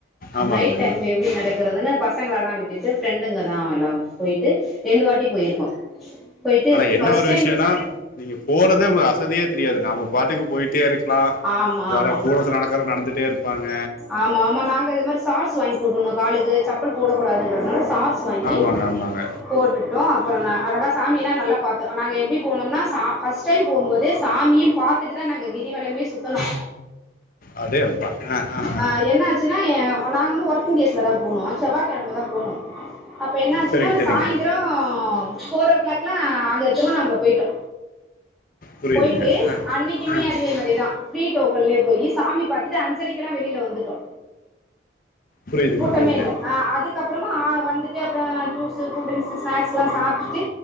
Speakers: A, on the left; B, in the centre.
A: ஆமாங்க
B: நைட்
A: ஆமா.
B: டைம்ல எப்டி நடக்கறதுன்னு பசங்களலா விட்டுட்டு ஃப்ரெண்டுங்க தா எல்லா பொயிட்டு ரெண்டு வாட்டி பொயிர்க்கோ பொயிட்டு
A: ஆனா என்ன
B: ஃபர்ஸ்ட்
A: ஒரு
B: டைம்
A: விஷயம்னா நீங்க போறதே ஒங்ளுக்கு அசதியே தெரியாது நாம பாட்டுக்கு பொயிட்டே இருக்கலா
B: ஆமா
A: வர
B: ஆமா
A: கூட நட க்ற நடந்திட்டே இருப்பாங்க
B: ஆமா ஆமா நாங்க இது மாரி சாக்ஸ் வாங்கி போட்டுகினோ காலு இது செப்பல் போடக் கூடாதுன்றதுனால சாக்ஸ் வாங்கி
A: ஆமாங்க ஆமாங்க
B: போட்டுட் டு தா அப்றோ நா அழகா சாமி எல்லாம் நல்லா பாத்தோ நாங்க எப்டிபோனம்னா சா ஃபர்ஸ்ட் டைம் போம்போதே சாமியு பாத் துட்டு தா நாங்க கிரி வலமே சுத்துணோ
A: அடே அப்பா அ அ
B: ஆ என்ன ஆச்சுன்னா நாங்க வந்து ஒர்க்கிங் டேஸ்ல தா போனோ செவ்வாகெழமதா போனோ அப்ப என்ன ஆச்சுன்னா
A: சரிங்க சரிங்க
B: சாய்ந்ரோ ஃபோரோ ஓ கிளாக்லா அங்க திருவண்ணாமல பொயிட்டோ
A: புரியுதுங்க
B: பொயிட்டு
A: ஆ
B: அன்னிக்குமே
A: ஆ
B: அதே மாரிதா ஃப்ரி டோக்கன்லே போயி சாமி பாத்துட்டு அஞ்சரைக்லா வெளியில வந்துட்டோ
A: புரியுதுங்க
B: கூட்டமே
A: புரியுது
B: இல்ல ஆ அதுக்கப்றமா வந்துட்டு அப்றோ ஜூஸு கூல்ரிங்ஸு ஸ்நாக்ஸ்லா சாப்டுட்டு